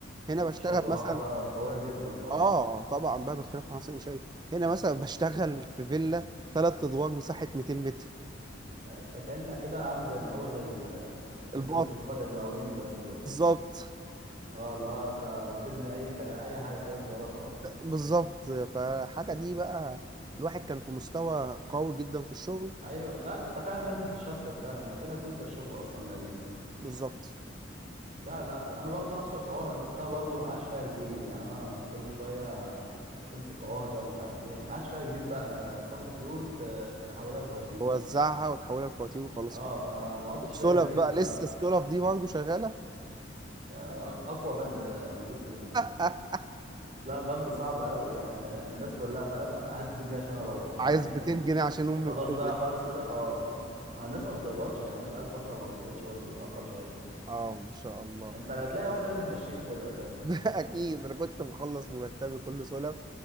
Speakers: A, on the right (about 20°); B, on the right (about 40°).
A: هنا
B: بس
A: بشتغل
B: ما شاء الله
A: مثلا
B: حاجه قويه جدا طبعا
A: اه طبعا بقى باختلاف العناصر شيء هنا مثلا بشتغل في فيلا ثلاث ادوار مساحه 200 متر
B: انت كانك كده عامل زي مقاول ال... الناس
A: البقط
B: اللي في القريه المقاولين بس دول
A: بالظبط
B: اه اللي هو انت بتبني اي كده اي حاجه كده صغيره وخلاص
A: بالظبط فحاجه دي بقى الواحد كان في مستوى قوي جدا في الشغل
B: ايوه لا انت فعلا لازم تشفت فعلا انت كده هتنسى الشغل اصلا القديم
A: بالظبط
B: لا لا انا برضو نفس الحوار انا سبتها برضو ما عادش فيها جديد يعني انا كل شويه تمسك عهده ومش عارف ايه ما عادش فيها جديد بقى انت بتاخد فلوس ت- تحولها لفواتير
A: ووزعها وتحولها لفواتير وخلاص
B: اه
A: كده
B: فما عدتش
A: السلف
B: لها جديد
A: بقى
B: ف
A: لسه السلف دي برضه شغاله
B: يعني أق- اقوى بند موجود في الموقع
A: <laughs>
B: لا بند صعب قوي يعني الناس كلها فاهم هات دي جاي عشان اروح يا
A: عايز
B: عم أنت
A: 200 جنيه عشان امي
B: خلاص
A: بتولد
B: ضايع خالص كده اه ما الناس ما بتقبضش يعني الناس قعدت فتره ما قبضتش برضه بتاخر شويه
A: اه ما شاء الله
B: انت هتلاقي هو ده اللي ممشيك كده اساسا
A: <laughs> اكيد انا كنت مخلص مرتبي كله سلف